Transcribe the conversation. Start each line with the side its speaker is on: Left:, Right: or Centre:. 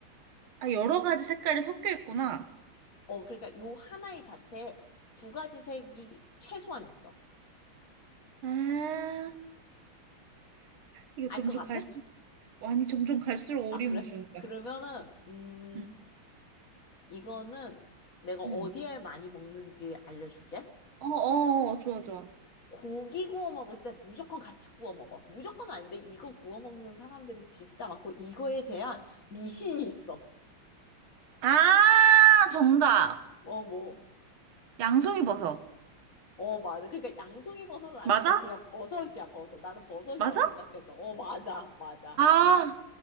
Right: 아, 여러 가지 색깔이 섞여 있구나.
Left: 어, 그러니까 요 하나의 자체에 두 가지 색이 최소한 있어.
Right: 아, 이거
Left: 알
Right: 점점
Left: 것 같아?
Right: 갈. 수 아니, 점점 갈수록
Left: 아,
Right: 오리무중이다.
Left: 그래? 그러면은, 음,
Right: 응,
Left: 이거는 내가 어디에
Right: 응.
Left: 많이 먹는지 알려줄게.
Right: 어, 어, 어, 좋아, 좋아.
Left: 고기 구워 먹을 때 무조건 같이 구워 먹어. 무조건 아닌데 이거 구워 먹는 사람들이 진짜 많고 이거에 대한 미신이 있어.
Right: 아, 정답.
Left: 어, 뭐.
Right: 양송이 버섯.
Left: 어, 맞아. 그러니까 양송이 버섯은 아닌데
Right: 맞아?
Left: 그냥 버섯이야, 버섯. 나는 버섯이라고
Right: 맞아?
Left: 생각해서. 어, 맞아, 맞아.
Right: 아,
Left: 그